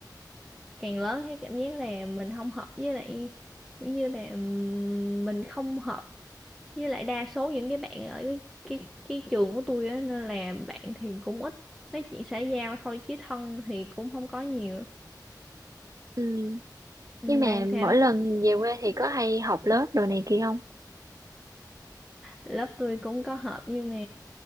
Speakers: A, in the centre; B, on the right.
A: càng lớn thấy cảm giác là mình không hợp với lại kiểu như là ừm, mình không hợp với lại đa số những cái bạn ở cái cái, cái trường của tôi á nên là bạn thì cũng ít nói chuyện xã giao thôi chứ thân thì cũng không có nhiều
B: Ừ.
A: ừ,
B: Nhưng mà
A: bạn sao
B: mỗi lần về quê thì có hay học lớp đồ này kia không?
A: lớp tôi cũng có họp nhưng mà